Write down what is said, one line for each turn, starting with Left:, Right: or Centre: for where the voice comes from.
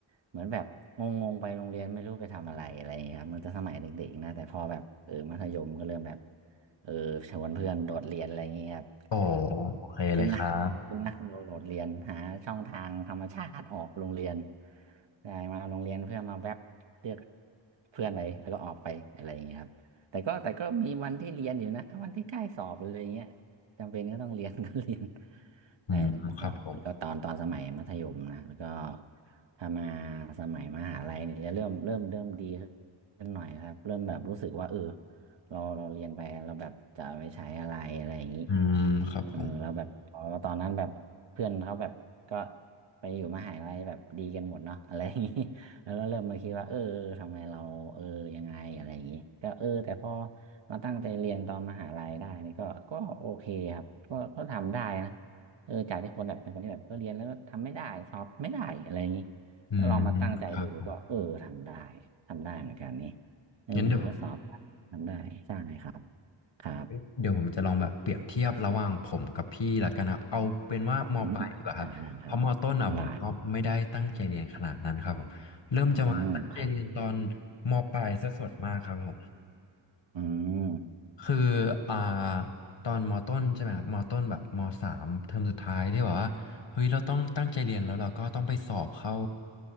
Right: เหมือนแบบงงๆไปโรงเรียนไม่รู้ไปทำอะไรอะไรอย่างเงี้ยครับมันจะสมัยเด็กๆนะแต่พอแบบเออมัธยมก็เริ่มแบบเออชวนเพื่อนโดดเรียนอะไรอย่างเงี้ยครับ
Left: โอ้โอเคเลยครับ
Right: <laughs> เป็นนัก <laughs> เป็นนักโดดเรียนหาช่องทางธรรมชาติออกโรงเรียนใช่มาโรงเรียนเพื่อนมาแวบเรียกเพื่อนไปแล้วก็ออกไปอะไรอย่างเงี้ยครับแต่ก็แต่ก็มีวันที่เรียนอยู่นะวันที่ใกล้สอบเลยอะไรอย่างเงี้ยจำเป็นก็ต้องเรียน <laughs> ก็เรียน
Left: อืมครับผม
Right: ใช่แล้วก็แล้วก็ตอนตอนสมัยมัธยมนะแล้วก็ถ้ามาสมัยมหาลัยเนี่ยจะเริ่มเริ่มเริ่มดีขึ้นหน่อยครับเริ่มแบบรู้สึกว่าเออเราเราเรียนไปเราแบบจะเอาไปใช้อะไรอะไรอย่างนี้
Left: อืมครับผม
Right: เออเราแ้บบพอตอนนั้นแบบเพื่อนเขาแบบก็ไปอยู่มหาลัยแบบดีกันหมดเนาะอะไรอย่างนี้ <laughs> แล้วก็เริ่มมาคิดว่าเออทำไมเราเออยังไงอะไรอย่างนี้ก็เออแต่พอมาตั้งใจเรียนตอนมหาลัยได้นี่ก็ก็โอเคครับก็ก็ทำได้นะ เออจากที่คนแบบเป็นคนที่แบบเออเรียนแล้วก็ทำไม่ได้สอบไม่ได้อะไรอย่างนี้
Left: อืม
Right: ถ้าลองมาตั้งใจดูก็เออทำได้
Left: ครับผม
Right: ทำได้เหมือนกันนี่เออก็สอบ
Left: งั้นเดี๋ยว
Right: ทำได้ใช่ครับครับ
Left: เอ้ยเดี๋ยวผมจะลองแบบเปรียบเทียบระหว่างผมกับพี่ละกันครับเอาเป็นว่ามปลายดีกว่าครับเพราะมต้นอ่ะผมก็ไม่ได้ตั้งใจเรียนขนาดนั้นครับผมเริ่มจะมาตั้งใจเรียนตอน
Right: อืมได้แล้วครับได้อืมครับ
Left: มปลายซะส่วนมากครับผม
Right: อืม
Left: คืออ่าตอนมต้นใช่ไหมครับมต้นแบบมสามเทอมสุดท้ายที่แบบว่าเฮ้ยเราต้องตั้งใจเรียนแล้วเราก็ต้องไปสอบเข้า